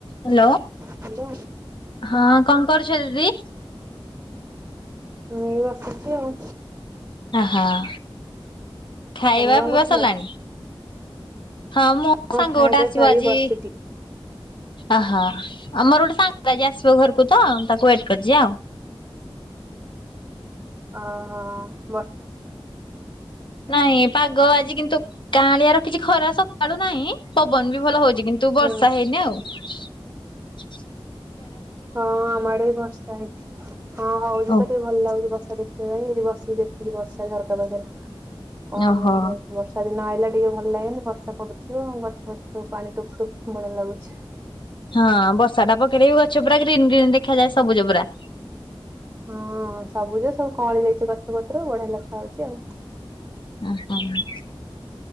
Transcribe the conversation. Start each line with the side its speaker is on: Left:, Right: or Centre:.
Left: Hello
Right: hello
Left: ହଁ! କଣ କରୁଛ ଦିଦି?
Right: ଏଇ ଆସୁଚି ଆଉ।
Left: ହାଁ ଖାଇବା
Right: ତମେ କଣ
Left: ପିଇବା
Right: କରୁଥିଲ?
Left: ସରିଲାଣି। ହଁ ମୋ ସାଙ୍ଗ
Right: ଖାଇବା
Left: ଗୋଟେ
Right: ପିଇବା
Left: ଆସିବ
Right: ସାରିକି
Left: ଆଜି,
Right: ବସିଥିଲି।
Left: ଆଃ! ଆମର ଗୁଟେ ସାଙ୍ଗ ଆସିବ ଘରକୁ ତୋ ତାକୁ ୱେଟ କରିଛି ଆଉ।
Right: ଅହଃ!
Left: ନାଇଁ ପାଗ ଆଜି କିନ୍ତୁ- କାଁ ଳିଆ ରଖିଛି। ଖରା ସକାଳୁ ନାହିଁ, ପବନ ବି ଭଲ ହଉଛି କିନ୍ତୁ ବର୍ଷା
Right: ହୁଁ
Left: ହେଇନି ଆଉ। ଚିଂ ଚି
Right: ହଁ ଆମ ଆଡେ ବି ବର୍ଷା ହେଇଛି, ହଁ ହଉଛି
Left: ଓ
Right: ତ ଟିକେ ଭଲ ଲାଗୁଛି ବର୍ଷା। ଦେଖିବା ପାଇଁ ଏଠି ବସିକି ଦେଖୁଥିଲି ବର୍ଷାଝରକା ପାଖରେ। କଣ
Left: ଓହୋ।
Right: ମୋ ଏମିତି ହେଉଛି, ବର୍ଷା ଦିନ ଆଇଲା କି? ଟିକେ ଭଲ ଲାଗେନି ବର୍ଷା ପଡୁଥିବ ଗଛ ଫଛ ସବୁ ପାଣି ଟୁପ ଟୁପ ଭଳିଆ ଲାଗୁଛି।
Left: ହଁ ବୋ ସାଟା ପକରେେଇ ବି ଅଛ ପୁରା <unintelligible> ଗ୍ରୀନ୍ ଗ୍ରୀନ୍ ଦେଖା ଯାଏ ସବୁଜ ପୁରା
Right: ହଁ ସବୁଜ ସବୁ କଁଳି ଯାଇଛି ଗଛ ପତ୍ର ବଢିଆ ଲେଖା ହଉଛି ଆଉ।
Left: ଉଁ ହୁଁ।